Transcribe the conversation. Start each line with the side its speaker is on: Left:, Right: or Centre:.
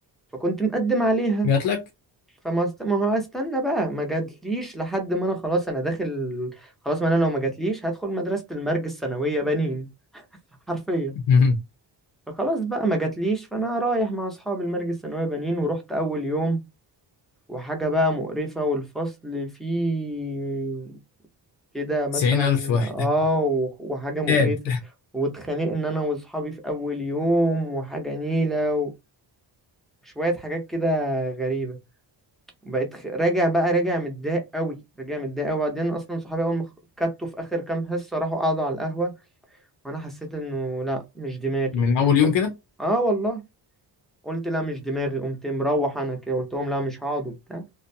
Centre: فكنت مقدم عليها
Left: جات لك
Centre: فما است... ما هو استنى بقى ما جاتليش لحد ما انا خلاص انا داخل خلاص ما انا لو ما جاتليش هدخل مدرسة المرج الثانوية بنين <laughs> حرفيا
Left: مم.
Centre: فخلاص بقى ما جاتليش فانا رايح مع اصحابي المرج الثانوية بنين ورحت اول يوم وحاجة بقى مقرفة والفصل فيه كده مثلا
Left: تسعين الف واحد
Centre: اه و- وحاجة مقرفة
Left: تاد
Centre: واتخانقنا انا واصحابي في اول يوم وحاجة نيلة وشوية حاجات كده غريبة وبقيت خ- راجع بقى راجع متضايق قوي راجع متضايق قوي وبعدين اصلا صحابي اول ما خ- كتوا في اخر كام حصه راحوا قعدوا على القهوه وانا حسيت انه لا مش دماغي
Left: من اول
Centre: قمت
Left: يوم
Centre: م-
Left: كده
Centre: اه والله قلت لا مش دماغي قمت مروح انا كده قلت لهم لا مش هقعد وبتاع